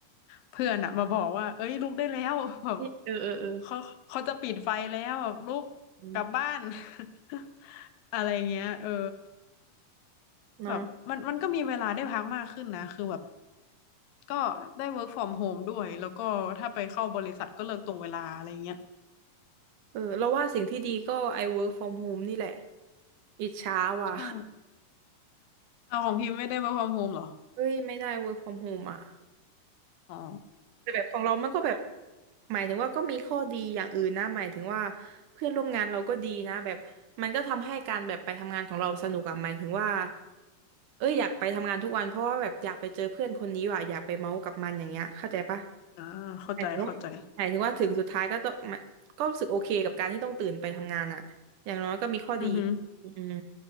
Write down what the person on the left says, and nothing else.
เพื่อนอ่ะมาบอกว่าเอ้ยลุกได้แล้ว <laughs> แบบ
เขาเขาจะปิดไฟแล้วแบบลุกกลับบ้าน
<laughs> อะไรเงี้ยเออ
แบบมันมันก็มีเวลาได้พักมากขึ้นนะคือแบบก็ได้ work from home ด้วยแล้วก็ถ้าไปเข้าบริษัทก็เลิกตรงเวลาอะไรเงี้ย
ใช่เอาของพิมพ์ไม่ได้ work from home เหรอ
อ๋อ
อ่าเข้าใจเข้าใจ
อือหือ